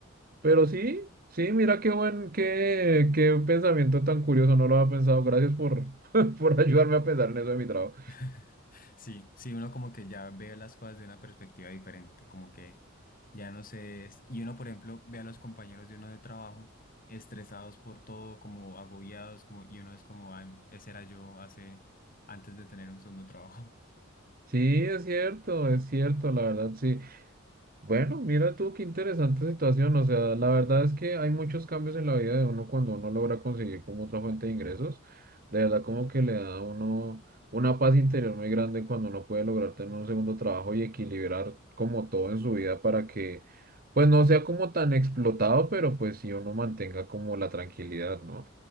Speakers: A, on the right (about 45°); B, on the left (about 40°).
A: pero sí. Sí, mira qué buen, qué, qué pensamiento tan curioso, no lo había pensado. Gracias por, <laughs> por ayudarme a pensar en eso de mi trabajo.
B: <laughs> Sí, sí, uno como que ya ve las cosas de una perspectiva diferente, como que ya no sé, es- y uno por ejemplo ve a los compañeros de uno de trabajo estresados por todo, como agobiados, como, y uno es como, ah ese era yo hace, antes de tener un segundo trabajo. <laughs>
A: Sí, es cierto, es cierto, la verdad, sí. Bueno, mira tú qué interesante situación, o sea, la verdad es que hay muchos cambios en la vida de uno cuando uno logra conseguir como otra fuente de ingresos, de verdad como que le da a uno una paz interior muy grande cuando uno puede lograr tener un segundo trabajo y equilibrar como todo en su vida para que pues no sea como tan explotado, pero pues sí uno mantenga como la tranquilidad, ¿no?